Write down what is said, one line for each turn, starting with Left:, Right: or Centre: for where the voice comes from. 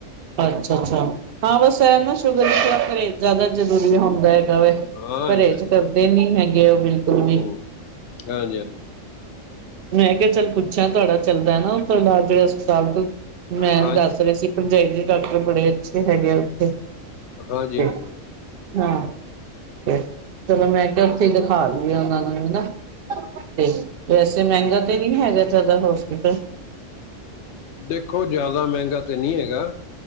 Right: ਅੱਛਾ-ਅੱਛਾ ਹਾਂ ਬਸ ਇਹ ਨਾ ਸ਼ੂਗਰ ਚ ਪਰਹੇਜ ਜ਼ਿਆਦਾ ਜ਼ਰੂਰੀ ਹੁੰਦਾ ਹੈ। ਗਾ ਵੇ
Left: ਹਾਂਜੀ
Right: ਪਰਹੇਜ
Left: ਹਾਂਜੀ
Right: ਕਰਦੇ ਨੀ ਹੈਗੇ ਉਹ ਬਿਲਕੁਲ ਵੀ।
Left: ਹਮ ਹਾਂਜੀ ਹਾਂਜੀ
Right: ਮੈਂ ਕਿਹਾ ਚੱਲ ਪੁੱਛਾਂ ਤੁਹਾਡਾ ਚੱਲਦਾ ਨਾ ਉਥੋਂ ਇਲਾਜ ਜੇੜੇ ਹਸਪਤਾਲ ਤੋਂ,
Left: ਹਾਂ
Right: ਮੈਂ ਦੱਸ ਰਹੀ ਸੀ ਭਰਜਾਈ ਦੇ ਡਾਕਟਰ ਬੜੇ ਅੱਛੇ ਹੈਗੇ ਆ ਉੱਥੇ।
Left: ਹਾਂਜੀ-ਹਾਂਜੀ।
Right: ਤੇ ਹਾਂ ਤੇ ਚਲੋ ਮੈਂ ਕਿਹਾ ਉੱਥੇ ਦਿਖਾ ਦੀਏ ਉਹਨਾਂ ਨੂੰ ਵੀ ਨਾ। ਤੇ ਵੈਸੇ ਮਹਿੰਗਾ ਤੇ ਨੀ ਹੈਗਾ ਜ਼ਿਆਦਾ ਹੌਸਪਿਟਲ?
Left: ਦੇਖੋ ਜ਼ਿਆਦਾ ਮਹਿੰਗਾ ਤੇ ਨੀ ਹੈਗਾ